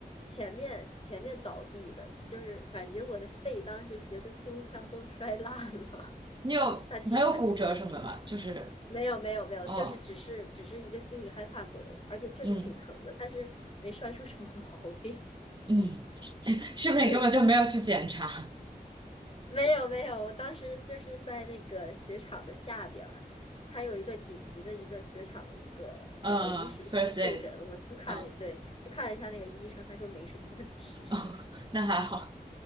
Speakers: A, on the left; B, on the right.
A: 前面前面倒地的，就是感觉我的肺当时觉得胸腔都摔烂了。<laughs>
B: 你有没有骨折什么的吗？
A: 那其实对
B: 就是，
A: 没有没有没有，
B: 哦，
A: 就是只是只是一个心理害怕作用的，而且确实挺疼的，
B: 嗯
A: 但是没摔出什么毛病。
B: 嗯，
A: <laughs>
B: 是不是你根本就没有去检查？
A: 对。没有没有，我当时就是在那个雪场的下边儿，它有一个紧急的一个雪场的一个呃临时的一个就诊，
B: 嗯嗯，first d a y
A: 我去看了，
B: 嗯，
A: 对，去看了一下那个医生，他说没什么问题，
B: <laughs> 哦，那还好，